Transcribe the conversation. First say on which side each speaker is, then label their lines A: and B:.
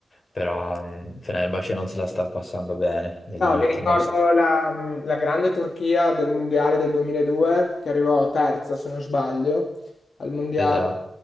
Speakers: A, on the left; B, on the left.
A: però mh, Fenerbahce non se la sta passando bene negli
B: No,
A: ultimi...
B: mi ricordo
A: Non... so-
B: la, la grande Turchia del Mondiale del 2002, che arrivò terza, se non sbaglio, al Mondiale,
A: Esatto.